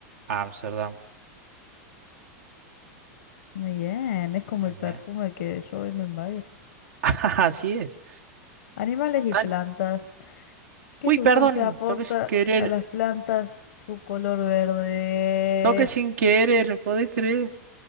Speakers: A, on the right; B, on the left.
A: Ámsterdam.
B: Muy bien, es como
A: Muy
B: el perfume
A: bien.
B: que yo vendo en Baez.
A: <laughs> Así es.
B: Animales y
A: Ah,
B: plantas. ¿Qué
A: Uy,
B: sustancia
A: perdón,
B: aporta
A: toqué sin querer.
B: a las plantas su color verde?
A: Toqué sin querer, ¿no ¿podés creer?